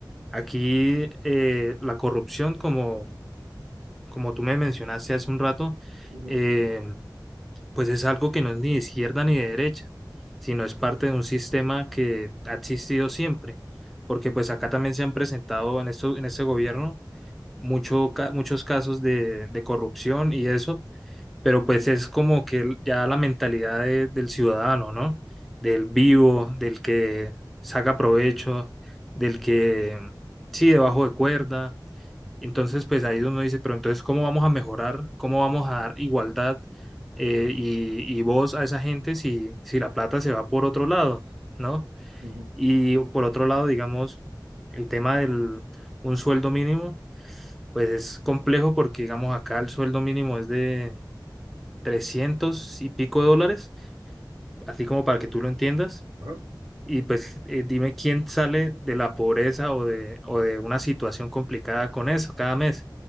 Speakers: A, in the centre; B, on the right.
A: Aquí eh, la corrupción, como, como tú me mencionaste hace un rato,
B: ujú,
A: eh, pues es algo que no es ni de izquierda ni de derecha, sino es parte de un sistema que ha existido siempre. Porque pues acá también se han presentado en esto, en este gobierno mucho, ca- muchos casos de, de corrupción y eso, pero pues es como que ya la mentalidad de- del ciudadano, ¿no? Del vivo, del que saca provecho, del que sí, debajo de cuerda. Entonces, pues ahí es donde uno dice, pero entonces, ¿cómo vamos a mejorar? ¿Cómo vamos a dar igualdad eh, y, y voz a esa gente si, si la plata se va por otro lado, ¿no?
B: ujú,
A: Y por otro lado, digamos, el tema del un sueldo mínimo, pues es complejo porque, digamos, acá el sueldo mínimo es de 300 y pico de dólares, así como para que tú lo entiendas.
B: ajá.
A: Y pues eh, dime quién sale de la pobreza o de, o de una situación complicada con eso cada mes